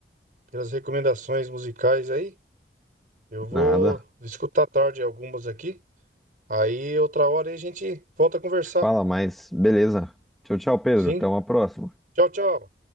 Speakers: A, on the right (about 45°); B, in the centre.
A: pelas recomendações musicais aí. Eu vou
B: Nada.
A: escutar à tarde algumas aqui. Aí outra hora aí a gente volta a conversar.
B: Fala, mas beleza. Tchau, tchau, Pedro.
A: Sim.
B: Até uma próxima.
A: Tchau, tchau.